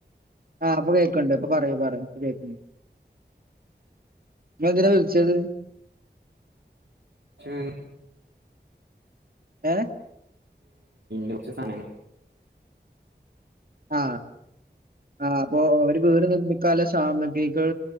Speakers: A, on the right; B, on the right.
A: ആ ഇപ്പൊ കേക്കണ്ട് ഇപ്പൊ പറയൂ പറയൂ പ്പൊ കേക്ക ങ്ങളെന്തിനാ വിളിച്ചത്
B: ന <unintelligible>
A: ഏ
B: <inaudible> കൊറച്ച് സനങ്ങ
A: ആ ആ അപ്പൊ അവര് വീട് നിർമ്മിക്കാല്ലെ സാമഗ്രികൾ